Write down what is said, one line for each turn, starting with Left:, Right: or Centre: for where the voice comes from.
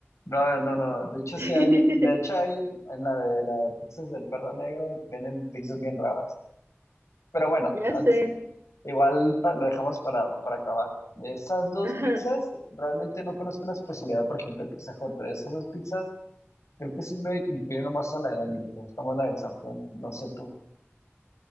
Left: No, no, no, no. De hecho,
Right: <laughs>
Left: sí hay, de hecho hay en la de las pizzas del perro negro, vienen pizzas bien raras. Pero bueno,
Right: Ya
Left: antes-
Right: sé.
Left: igual pa- lo dejamos para, para acabar. De esas dos
Right: Ajá.
Left: pizzas, realmente no conozco una especialidad, por ejemplo, de Pizza Hut, pero de esas dos pizzas, creo que sí me inclino más a la de Domino's, me gusta más la del sartén, no sé tú.